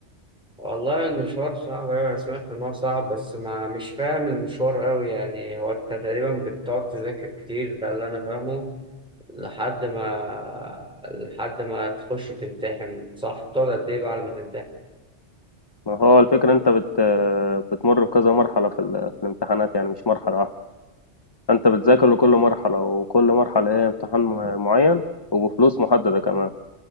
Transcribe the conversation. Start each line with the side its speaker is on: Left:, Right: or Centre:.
Centre: والله المشوار صعب ايوه انا سمعت ان هو صعب بس ما مش فاهم المشوار قوي يعني هو انت تقريبا بتقعد تذاكر كتير ده اللي انا فاهمه لحد ما لحد ما تخش تمتحن صح بتقعد قد ايه بقى على ما تمتحن
Left: ما هو الفكرة انت بت بتمر بكذا مرحلة في, ال... في الامتحانات يعني مش مرحلة واحدة انت بتذاكر لكل مرحلة وكل مرحلة هي امتحان م- معين وبفلوس محددة كمان